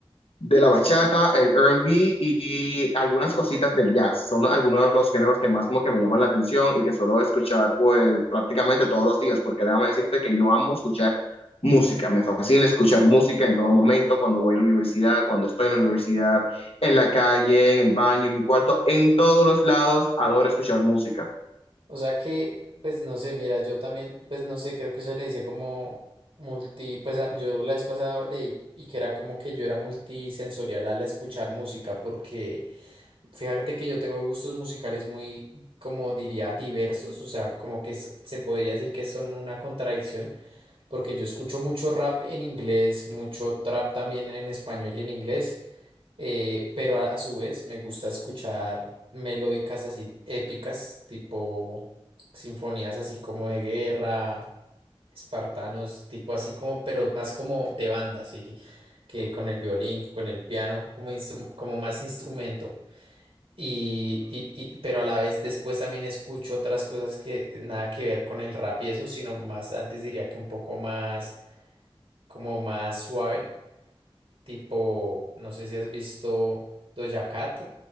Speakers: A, on the left; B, on the right.
A: de la bachata, el R&B y algunas cositas del jazz. Son algunos de los géneros que más como que me llaman la atención y que suelo escuchar pues prácticamente todos los días, porque déjame decirte que yo amo escuchar música, me fascina escuchar música en todo momento, cuando voy a la universidad, cuando estoy en la universidad, en la calle, en el baño, en mi cuarto, en todos los lados, adoro escuchar música.
B: O sea que, pues no sé, mira, yo también, pues no sé, creo que eso le dice como multi, pues a- yo la vez pasada leí y que era como que yo era multisensorial al escuchar música porque... Fíjate que yo tengo gustos musicales muy, como diría, diversos, o sea, como que es- se podría decir que son una contradicción, porque yo escucho mucho rap en inglés, mucho trap también en español y en inglés, eh, pero a, a su vez me gusta escuchar melódicas así épicas, tipo sinfonías así como de guerra, espartanos, tipo así como, pero más como de banda, así que con el violín, con el piano, como, instru- como más instrumento. Y, y- y- pero a la vez después también escucho otras cosas que nada que ver con el rap y eso, sino más, antes diría que un poco más, como más suave, tipo, no sé si has visto Doja Cat,